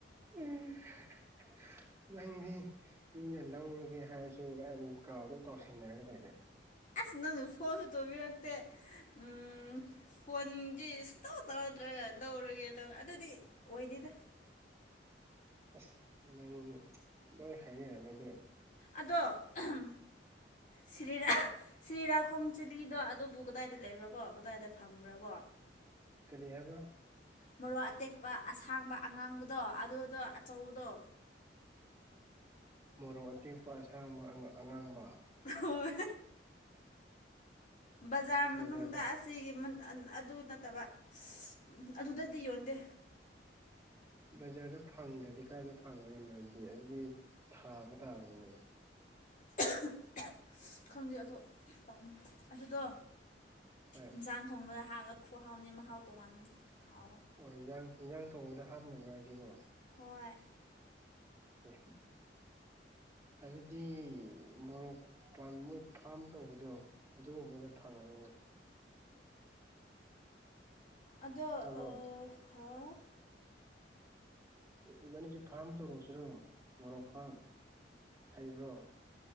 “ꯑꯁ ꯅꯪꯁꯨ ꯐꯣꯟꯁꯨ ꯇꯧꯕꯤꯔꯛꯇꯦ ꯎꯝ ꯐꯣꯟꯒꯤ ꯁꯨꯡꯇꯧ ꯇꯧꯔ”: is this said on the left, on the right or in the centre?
Left